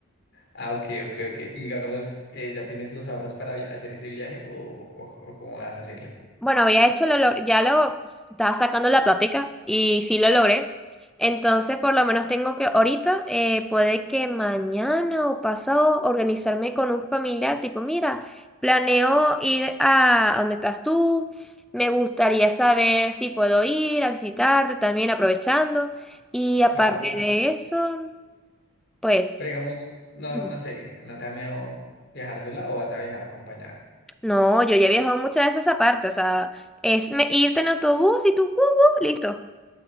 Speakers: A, on the left (about 55°); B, in the centre.
A: Ah, ok, ok, ok. Y Digamos, eh, ¿ya tienes los ahorros para vi- hacer ese viaje o, o, o cómo vas a hacerle?
B: Bueno, había hecho, lo, log- ya lo estaba sacando la plática y sí lo logré. Entonces, por lo menos tengo que ahorita, eh, puede que mañana o pasado, organizarme con un familiar, tipo, mira, planeo ir a donde estás tú, me gustaría saber si puedo ir a visitarte también aprovechando. Y aparte
A: Ah, bueno.
B: de eso, pues,
A: Pero digamos, no,
B: <clears throat>
A: no sé, ¿no te da miedo viajar sola o vas a viajar acompañada?
B: no, yo ya he viajado muchas veces aparte, o sea, es me- irte en autobús y tú, uh, uh, listo.